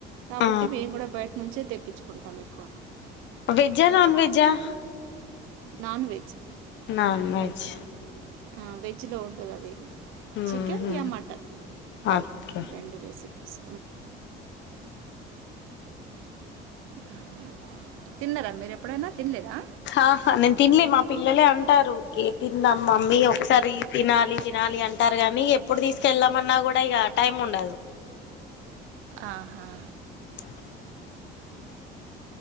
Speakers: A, on the right; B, on the left.
A: కాబట్టి
B: ఆ
A: మేము కూడా బయట నుంచే తెకు తప్పించుకుంటాం ఎక్కువ
B: వెజా హా నాన్ వెజా ఆ
A: నాన్ వెజ్
B: నన్ వెజ్
A: ఆ వెజ్ లో ఉంటది అది
B: ఉహు
A: చికెన్ యా మటన్
B: ఓకే
A: రెండు రెసిపీస్ అదే. తిన్నారా మీరెప్పుడైనా? తినలేదా?
B: ఆహా నేను తినలే మా పిల్లలే అంటారు తిందాం మమ్మీ ఒకసారి తినాలి తినాలి అంటారు కాగానీ ఎప్పుడు తీసుకెళ్ళామన్నా కూడా ఇక టైం ఉండదు
A: ఆహా
B: అ